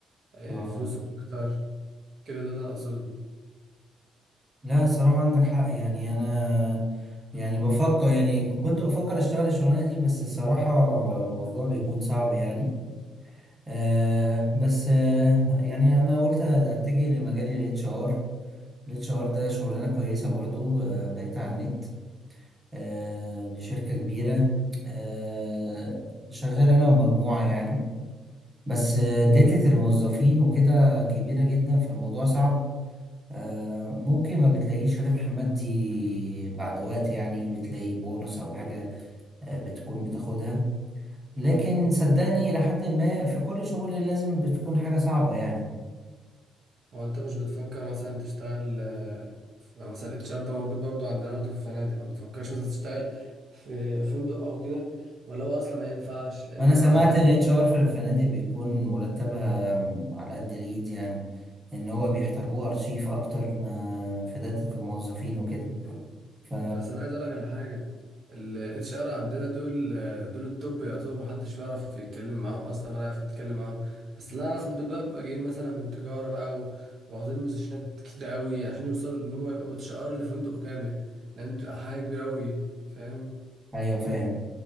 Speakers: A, on the right; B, on the right.
A: آه،
B: اه
A: فلوسه اكتر كده ده اللي انا اقصده
B: لا صراحة عندك حق يعني انا يعني بفكر يعني كنت بفكر اشتغل الشغلانة دي بس الصراحة الموضوع بيكون صعب يعني آه بس آه يعني انا قلت اتجه لمجال الاتش ار الاتش ار ده شغلانه كويسه برضو آه، لقيتها على النت آه، لشركه كبيره آه، شغال انا ومجموعه يعني بس آه، داتا الموظفين وكده كبيره جدا فالموضوع صعب آه، ممكن ما بتلاقيش ربح مادي بعد وقت يعني بتلاقي بونص او حاجه آه، بتكون بتاخدها لكن صدقني الى حد ما في كل شغل لازم بتكون حاجه صعبه يعني
A: هو انت مش بتفكر مثلا تشتغل آه، في- مثلا الاتش ار ده موجود برضو عندنا برضو في الفنادق ما بتفكرش مثلا تشتغل في فندق او كده ولا هو اصلا ما ينفعش لان
B: وانا
A: طبعا
B: سمعت
A: عندنا
B: ان اتش ار في الفنادق بيكون مرتبها على قد الايد يعني ان هو بيحتاجوه ارشيف اكتر ما في داتا الموظفين وكده ف
A: بس انا عايز اقول لك على حاجه الاتش ار عندنا دول دول التوب يعتبر محدش بيعرف يتكلم معاهم اصلا ولا يعرف يتكلم معاهم بس اللي انا اعرف ان دول بقى بيبقى جايين مثلا من تجاره بقى و- واخدين بوزيشنات كتير قوي عشان يوصلوا ان هم يبقوا اتش ار لفندق كامل لان بتبقى حاجه كبيره قوي فاهم
B: ايوه فاهم